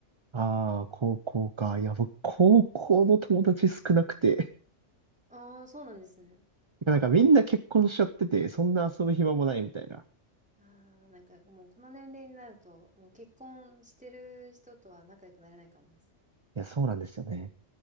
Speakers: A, on the right (about 30°); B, in the centre.
A: ああ、高校か。いや、僕、高校の友達少なくて。
B: ああ、そうなんですね。
A: <laughs> なんかみんな結婚しちゃってて、そんな遊ぶ暇もないみたいな。
B: ああ、なんかもうこの年齢になると、もう結婚してる人とは仲良くなれないかもです。
A: いや、そうなんですよね。